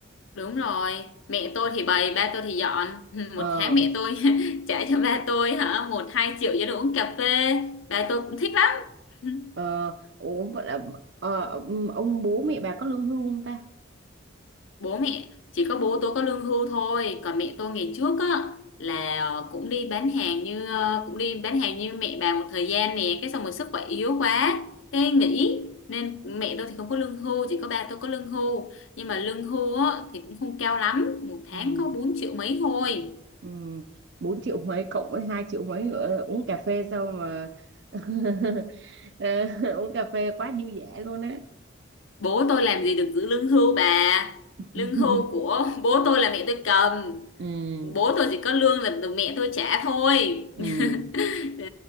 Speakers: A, on the left; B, on the right.
A: đúng rồi mẹ tôi thì bày ba tôi thì dọn <laughs>
B: ờ
A: một tháng mẹ tôi <laughs> trả cho ba tôi hả một hai triệu cho đồ uống cà phê ba tôi cũng thích lắm <laughs>
B: ờ ủa vậy là ờ, ừm, ông bố mẹ bà có lương hưu không ta
A: bố mẹ chỉ có bố tôi có lương hưu thôi còn mẹ tôi ngày trước á là ờ, cũng đi bán hàng như ờ, cũng đi bán hàng như mẹ bà một thời gian nè cái xong rồi sức khỏe yếu quá cái nghỉ nên mẹ tôi thì không có lương hưu chỉ có ba tôi có lương hưu nhưng mà lương hưu á thì cũng không cao lắm một tháng
B: ừ
A: có 4 triệu mấy thôi
B: ừ bốn triệu mấy cộng với hai triệu mấy nữa uống cà phê sao mà <laughs> Ờ, uống cà phê quá dư dả luôn á
A: bố tôi làm gì được giữ lương hưu bà
B: <laughs>
A: lương hưu của <laughs> bố tôi là mẹ tôi cầm
B: Ừ,
A: bố tôi chỉ có lương là từ mẹ tôi trả thôi
B: ừ.
A: Dạ.